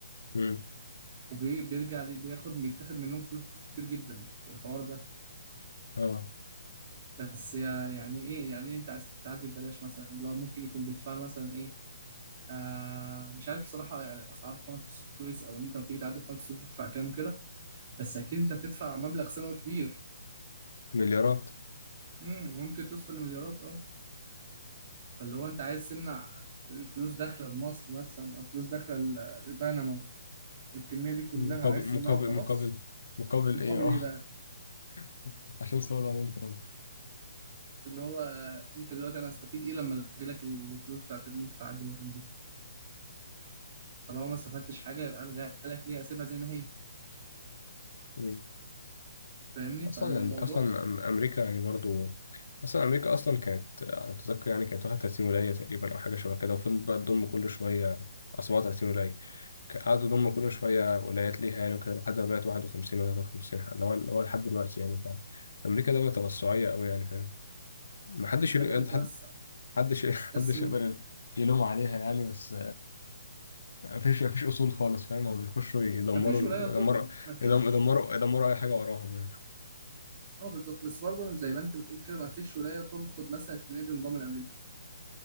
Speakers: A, on the left; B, on the right.
A: مم.
B: وبيرجع بياخد بيتاخد منهم فلوس كتير جدا في الحوار ده
A: اه
B: بس يا- يعني ايه يعني إيه انت عايز تعدي ببلاش مثلا اللي هو ممكن يكون بيدفع له مثلا ايه آه مش عارف الصراحه يعني اسعار في قناه السويس او ان انت لما بتيجي تعدي في قناه السويس بتدفع كام وكده بس اكيد انت بتدفع مبلغ سنوي كبير
A: مليارات
B: امم ممكن توصل لمليارات اه فاللي هو انت عايز تمنع فلوس داخله لمصر مثلا او فلوس داخله ل- لبنما الكميه دي كلها
A: مقابل
B: عايز تمنعها
A: مقابل
B: وخلاص
A: مقابل مقابل
B: مقابل
A: ايه اه
B: ايه بقى
A: <laughs> عشان صوره دونالد ترامب
B: اللي هو انت دلوقتي انا هستفيد ايه لما الغي لك الفلوس بتاعت اللي انت تعدي من عندي طالما ما استفدتش حاجه يبقى الغيها لك ليه اسيبها زي ما هي
A: مم.
B: فاهمني
A: اصلا
B: فالموضوع
A: يعني اصلا أم- امريكا يعني برضو اصلا امريكا اصلا كانت انا متذكر يعني كانت 31 ولايه تقريبا او حاجه شبه كده وفضلت بقى تضم كل شويه أو 37 ولايه ك- قعدوا يضموا كل شويه ولايات ليها يعني وكده لحد ما بقت 51 و53 اللي هو اللي هو لحد دلوقتي يعني ف- فامريكا دوله توسعيه قوي يعني فاهم محدش
B: بتحب
A: يل-
B: تتوسع
A: حد حدش <laughs>
B: بس
A: محدش
B: م-
A: يقدر يلوم عليها يعني بس مفيش مفيش اصول خالص فاهم هو بيخشوا يدمروا
B: مفيش
A: يدمروا
B: ولايه تر... مفيش
A: يدمروا يدمروا, يدمروا اي حاجه وراهم يعني
B: اه بالظبط بس برضه زي ما انت بتقول كده مفيش ولايه ترفض مثلا ان هي تنضم لامريكا